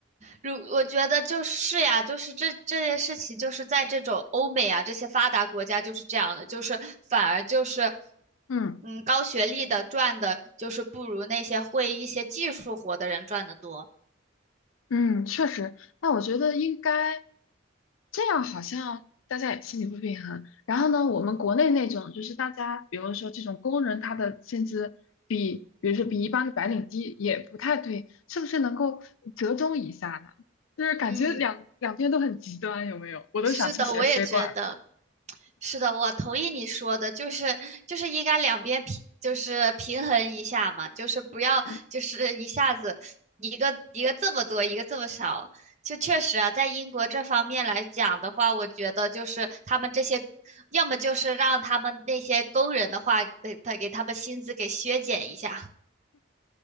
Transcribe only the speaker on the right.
如我觉得就是呀，就是这这件事情，就是在这种欧美啊这些发达国家就是这样的，就是反而就是，
嗯，高学历的赚的，就是不如那些会一些技术活的人赚的多。
嗯。
是的，我也觉得，是的，我同意你说的，就是就是应该两边平，就是平衡一下嘛，就是不要就是一下子一个一个这么多，
一个这么少。就确实啊，在英国这方面来讲的话，我觉得就是他们这些，要么就是让他们那些工人的话，给他给他们薪资给削减一下。<laughs>